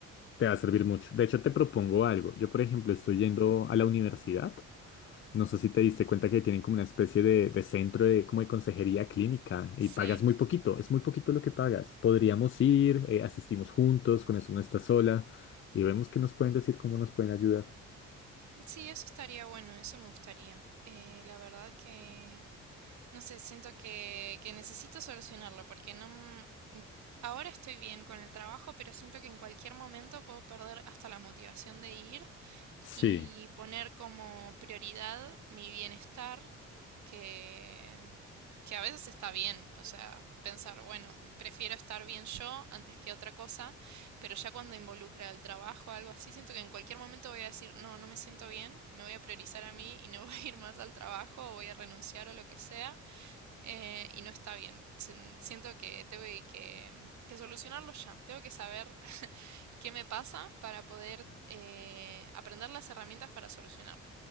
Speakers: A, on the left (about 40°); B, on the right (about 70°).
A: te va a servir mucho. De hecho, te propongo algo. Yo, por ejemplo, estoy yendo a la universidad. No sé si te diste cuenta que tienen como una especie de, de centro de, como de consejería clínica y
B: Sí,
A: pagas muy poquito, es muy poquito lo que pagas. Podríamos ir, eh, asistimos juntos, con eso no estás sola y vemos qué nos pueden decir, cómo nos pueden ayudar.
B: sí, eso estaría bueno, eso me gustaría. Eh, la verdad que, no sé, siento que, que necesito solucionarlo porque no... m- Ahora estoy bien con el trabajo, pero siento que en cualquier momento puedo perder hasta la motivación de ir
A: Sí.
B: y poner como prioridad mi bienestar, que, que a veces está bien, o sea, pensar, bueno, prefiero estar bien yo antes que otra cosa, pero ya cuando involucra el trabajo o algo así, siento que en cualquier momento voy a decir, no, no me siento bien, me voy a priorizar a mí y no <laughs> voy a ir más al trabajo o voy a renunciar o lo que sea, eh, y no está bien. Siento que tengo que que solucionarlo ya, tengo que saber qué me pasa para poder eh, aprender las herramientas para solucionarlo.